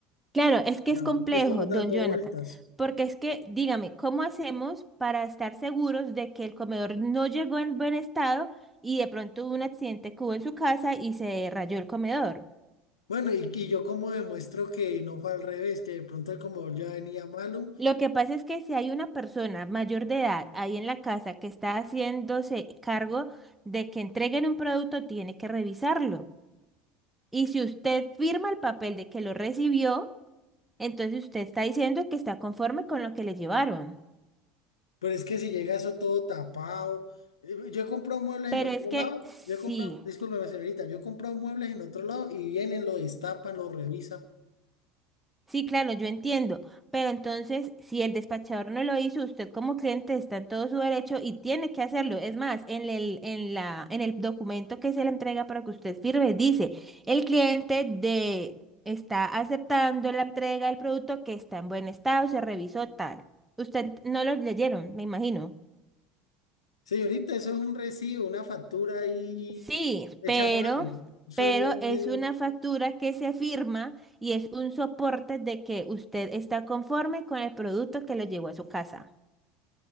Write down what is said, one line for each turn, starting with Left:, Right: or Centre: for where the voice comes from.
Centre: Claro, es que es
Left: Ah,
Centre: complejo,
Left: ¿por qué estamos
Centre: don
Left: dando
Centre: Jonathan,
Left: vueltas.
Centre: porque es que, dígame, ¿cómo hacemos para estar seguros de que el comedor no llegó en buen estado y de pronto hubo un accidente que hubo en su casa y se rayó el comedor?
Left: Bueno, y, y yo como demuestro que no fue al revés, que de pronto el comedor ya venía malo,
Centre: Lo que pasa es que si hay una persona mayor de edad ahí en la casa que está haciéndose cargo de que entreguen un producto, tiene que revisarlo. Y si usted firma el papel de que lo recibió, Entonces usted está diciendo que está conforme con lo que le llevaron.
Left: pero es que si llega eso todo tapado. eh, Yo he comprado muebles
Centre: Pero
Left: en otro
Centre: es que
Left: lado,
Centre: sí,
Left: yo he comprado, discúlpeme señorita, yo he comprado muebles en otro lado y vienen, lo destapan, lo revisan.
Centre: sí, claro, yo entiendo. Pero entonces, si el despachador no lo hizo, usted como cliente está en todo su derecho y tiene que hacerlo. Es más, en el, en la, en el documento que se le entrega para que usted firme, dice, el cliente de está aceptando la entrega del producto que está en buen estado, se revisó tal. Usted no lo leyeron, me imagino.
Left: Señorita, eso es un recibo, una factura ahí
Centre: Sí,
Left: hecha
Centre: pero,
Left: a mano. Eso
Centre: pero
Left: no
Centre: es
Left: tiene-
Centre: una factura que se firma y es un soporte de que usted está conforme con el producto que lo llevó a su casa.